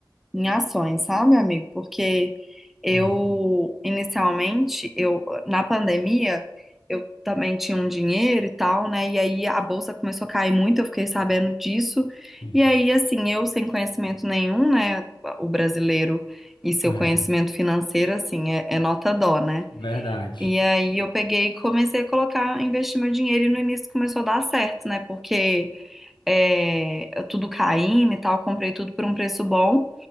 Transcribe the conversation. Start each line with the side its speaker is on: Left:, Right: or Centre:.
Centre: em ações, sabe, amigo? Porque eu,
Left: ah,
Centre: inicialmente, eu na pandemia, eu também tinha um dinheiro e tal, né? E aí a bolsa começou a cair muito, eu fiquei sabendo disso.
Left: sim,
Centre: E aí, assim, eu sem conhecimento nenhum, né? O brasileiro e seu
Left: é,
Centre: conhecimento financeiro, assim, é, é nota dó, né?
Left: verdade.
Centre: E aí eu peguei e comecei a colocar, investir meu dinheiro e no início começou a dar certo, né? Porque é, tudo caindo e tal, comprei tudo por um preço bom.